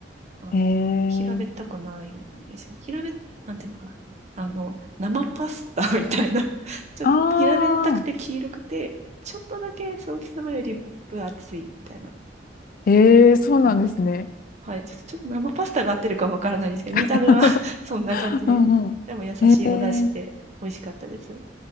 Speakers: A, on the right; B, on the left.
A: あの、
B: ん。
A: 平べったくないですよね。
B: えー、
A: 平べ、なんていうのかな。あの、生パスタ <laughs> みたいな。<laughs> ちょっと平べったくて黄色くて、
B: あ
A: ちょっとだけソーキそばより分厚いみたいな
B: ー、えー、そうなんですね。
A: 感じでした。はい。ちょっと、ちょっと生パスタが合ってるかわからないですけど、
B: <laughs>
A: 見た目は <laughs> そんな感じで。
B: うんうん。
A: でも優しいお出汁で美味しかったですよ。
B: え